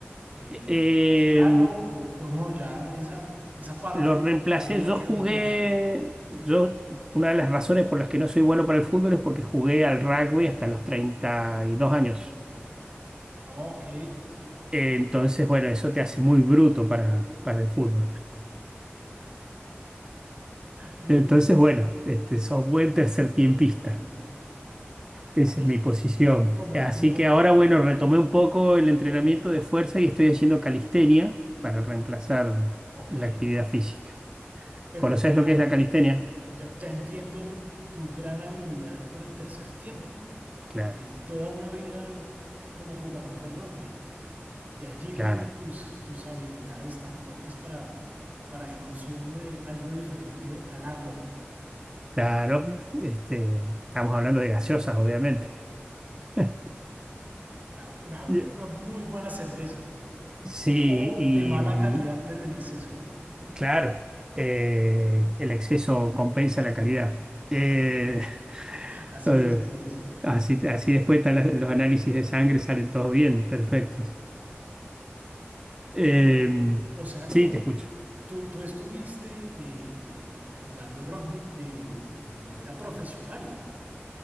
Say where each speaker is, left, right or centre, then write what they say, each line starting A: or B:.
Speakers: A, on the right (about 40°); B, on the right (about 20°).
A: eh,
B: Eh,
A: hacer algo, o, o no, ya esa, esa parte
B: lo
A: de
B: reemplacé.
A: la vida
B: Yo
A: quedó
B: jugué.
A: atrás.
B: Yo, una de las razones por las que no soy bueno para el fútbol es porque jugué al rugby hasta los 32 años.
A: Ok,
B: Eh, entonces, bueno, eso te hace muy bruto para, para el fútbol.
A: no,
B: Entonces, bueno, este, sos buen tercer tiempista.
A: y,
B: Esa es mi posición.
A: y como,
B: Así
A: como jugador,
B: que ahora, bueno, retomé un poco el entrenamiento de fuerza y estoy haciendo calistenia para reemplazar
A: ok,
B: la actividad física.
A: pero
B: ¿Conoces
A: claro,
B: lo que es la calistenia?
A: ya, ya entiendo tu gran habilidad para el tercer tiempo,
B: Claro,
A: eh, toda una vida como jugador de rugby. De allí
B: claro,
A: vienen tus, tus habilidades tan fuertes para, para el consumo de algo diferente al agua.
B: claro. Este, estamos hablando de gaseosas, obviamente. <laughs>
A: La- la-
B: Y-
A: una muy buena cerveza.
B: Sí,
A: O
B: y
A: de mala
B: mm,
A: calidad, pero en exceso.
B: claro, eh, el exceso compensa la calidad. Eh, <laughs>
A: Así
B: todo-
A: es, así es.
B: así, así después están las- los análisis de sangre, salen todos bien, perfectos.
A: Ve,
B: Eh,
A: o sea que
B: sí, te escucho.
A: tú, tú estuviste eh, eh, jugando rugby de, de manera profesional.